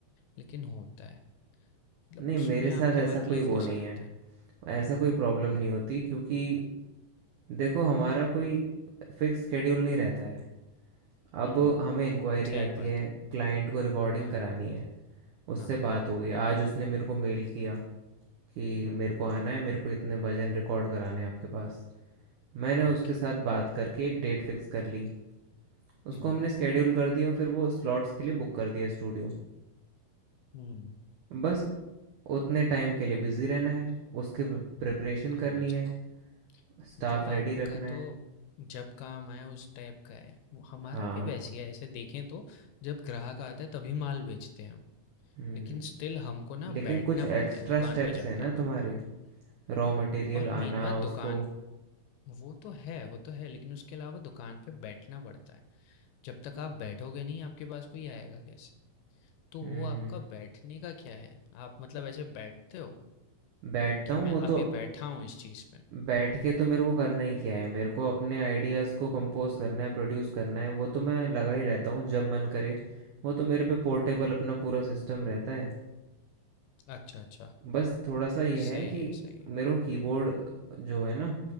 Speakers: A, on the left (about 80°); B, on the right (about 80°).
A: लेकिन होता है मतलब
B: नहीं मेरे
A: उसमें
B: साथ
A: आपके
B: ऐसा
A: वर्क
B: कोई
A: लाइफ
B: वो
A: कैसा
B: नहीं
A: रहता
B: है
A: है
B: ऐसा कोई प्रॉब्लम
A: हम्म
B: नहीं होती क्योंकि देखो हमारा कोई फिक्स शेड्यूल नहीं रहता है अब
A: हम्म
B: हमें इंक्वायरी
A: सही
B: आती
A: बात
B: है
A: है
B: क्लाइंट को रिकॉर्डिंग
A: हाँ
B: करानी है उससे
A: हाँ
B: बात हो गई आज उसने मेरे को मेल किया कि
A: हम्म
B: मेरे
A: हम्म
B: को आना है मेरे को इतने भजन रिकॉर्ड कराने हैं आपके पास मैंने
A: ओके
B: उसके
A: हम्म
B: साथ बात करके एक डेट फिक्स कर ली उसको
A: हम्म
B: हमने स्केड्यूल कर दिया फिर वो स्लॉट्स के लिए बुक कर दिया स्टूडियो
A: हम्म,
B: बस उतने टाइम के लिए बिजी रहना है उसके प्रिपरेशन
A: समझ
B: करनी है
A: रहा हूँ
B: स्टाफ
A: मतलब
B: रेडी
A: आपका
B: रखना है
A: तो जब काम आए उस टाइप का है वो हमारा
B: हाँ
A: भी वैसी है ऐसे देखें तो जब ग्राहक आता है तभी माल बेचते हैं हम
B: हम्म,
A: लेकिन स्टिल हमको ना
B: लेकिन
A: बैठना
B: कुछ एक्स्ट्रा
A: पड़ता है दुकान
B: स्टेप्स
A: पे जाके
B: हैं ना तुम्हारे रॉ मटेरियल
A: और मेन
B: आना
A: बात दुकान
B: उसको
A: वो तो है वो तो है लेकिन उसके अलावा दुकान पे बैठना पड़ता है जब तक आप बैठोगे नहीं आपके पास कोई आएगा कैसे तो
B: हम्म
A: वो
B: हम्म
A: आपका बैठने का क्या है आप मतलब ऐसे बैठते हो
B: बैठता
A: कि
B: हूँ
A: मैं
B: वो तो
A: अभी बैठा हूँ इस चीज़ पे
B: बैठ के तो मेरे को करना ही क्या है मेरे को अपने आइडियाज़ को कंपोज करना है प्रोड्यूस करना है वो तो मैं लगा ही
A: हम्म
B: रहता हूँ जब मन करे वो तो मेरे पे पोर्टेबल
A: हम्म
B: अपना पूरा सिस्टम रहता है
A: अच्छा अच्छा
B: बस थोड़ा सा ये है
A: सही
B: कि
A: है सही है
B: मेरे को कीबोर्ड जो है ना